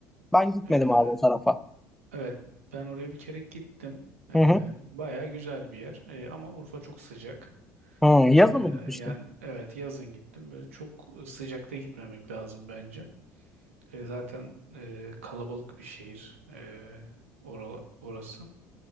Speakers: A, in the centre; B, on the right (about 70°).
A: Ben gitmedim
B: Ee,
A: abi o tarafa.
B: evet ben oraya bir kere gittim. Ee,
A: Hı hı.
B: bayağı güzel bir yer. Ee, ama Urfa çok sıcak.
A: Hı,
B: Ee,
A: yazın mı gitmiştin?
B: yani evet yazın gittim. Böyle çok sıcakta gitmemek lazım bence. Ee, zaten e, kalabalık bir şehir. Ee, orala- orası.